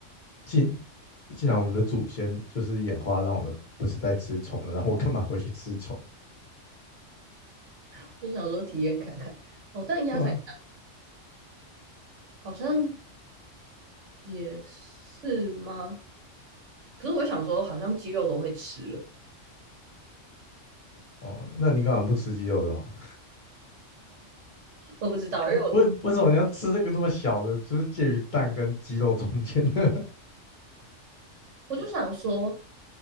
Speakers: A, on the left; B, on the right.
A: 既既然我们的祖先就是演化让我们不是在吃虫的，然后我干嘛回去吃虫？
B: <laughs> 就想说体验看看。哦，但鸭仔蛋
A: 对啊，
B: 好像也是吗？可是我想说，好像鸡肉都会吃了，
A: 哦，那你干嘛不吃鸡肉的好？
B: 我不知道，因为我
A: 为为什么你要吃这个那么小的，就是介于蛋跟鸡肉中间的？
B: 我就想说，